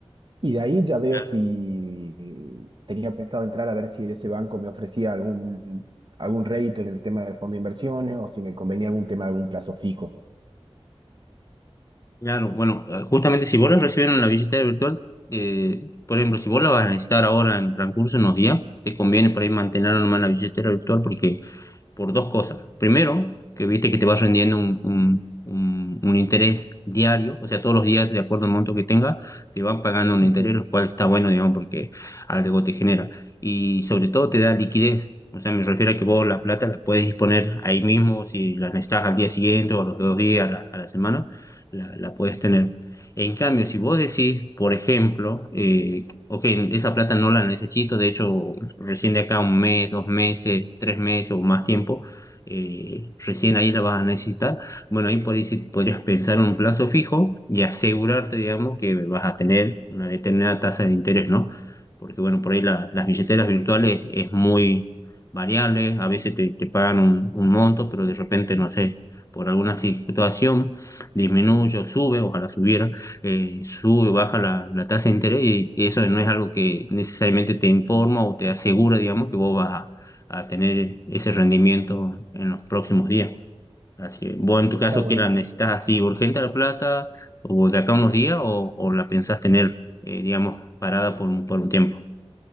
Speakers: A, on the right; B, on the left.
A: Y de ahí ya veo
B: Claro,
A: si tenía pensado entrar a ver si ese banco me ofrecía algún, algún rédito en el tema de fondo de inversiones o si me convenía algún tema de algún plazo fijo.
B: Claro, bueno, eh, justamente si vos la recibís en la billetera virtual, eh, por ejemplo, si vos la vas a necesitar ahora en transcurso de unos días, te conviene por ahí mantener nomás la billetera virtual porque por dos cosas. Primero, que viste que te vas rendiendo un, un- un- un interés diario, o sea, todos los días, de acuerdo al monto que tengas, te van pagando un
A: Ujú.
B: interés, lo cual está bueno, digamos, porque algo te genera. Y sobre todo te da liquidez. O sea, me refiero a que vos la plata la puedes disponer ahí mismo, si la necesitas al día siguiente o a los dos días, a la, a la semana, la, la puedes tener. En cambio, si vos decís, por ejemplo, eh, ok, esa plata no la necesito, de hecho recién de acá a un mes, dos meses, tres meses o más tiempo, eh, recién ahí la vas a necesitar. Bueno, ahí por ahí sí podrías pensar en un plazo fijo y asegurarte, digamos, que vas a tener una determinada tasa de interés, ¿no? Porque, bueno, por ahí la- las billeteras virtuales es muy variable, a veces te, te pagan un, un monto, pero de repente, no sé, por alguna situación disminuye o sube, ojalá subiera eh, sube o baja la, la tasa de interés y, y eso no es algo que necesariamente te informa o te asegura, digamos, que vos vas a, a tener ese rendimiento en los próximos días. Así que vos en tu
A: Está
B: caso,
A: buenísimo.
B: que la necesitas así urgente la plata o de acá a unos días o, o la pensás tener, eh, digamos, parada por, un- por un tiempo?